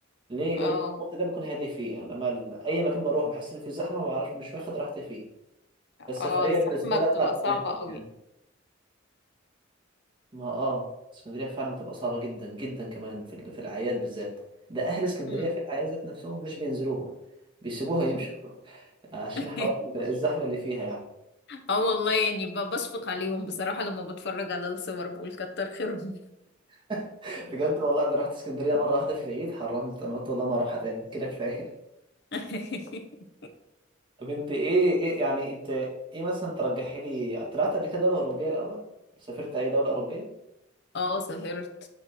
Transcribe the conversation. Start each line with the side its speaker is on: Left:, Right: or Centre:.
Right: ليه لان
Left: اه
Right: الوقت ده بيكون هادي فيه يعني اما ال- اي مكان بروح بحس ان في زحمه ما بعرفش مش واخد راحتي فيه فالسفريه
Left: اه الزحمة
Right: بالنسبه لي
Left: بتبقى
Right: اطلع
Left: صعبة
Right: مكان هادي
Left: قوي
Right: يعني. ما اه اسكندرية فعلا بتبقى صعبة جدا جدا كمان في ال- في الأعياد بالذات ده أهل اسكندرية
Left: مم.
Right: في الأعياد ذات نفسهم مش بينزلوها بيسيبوها يمشوا <laughs> عشان
Left: <laughs>
Right: حوار الزحمة اللي فيها يعني
Left: اه والله يعني ب- بشفق عليهم بصراحة لما بتفرج على الصور بقول كتر خيرهم
Right: <laughs> بجد والله أنا رحت اسكندرية مرة واحدة في العيد حرمت أنا قلت والله ما أروحها تاني كده كفاية
Left: <laughs>
Right: <laughs> طب أنت إيه إيه يعني أنت إيه مثلا ترجحي لي طلعت قبل كده دولة أوروبية الأول سافرت أي دولة أوروبية
Left: اه سافرت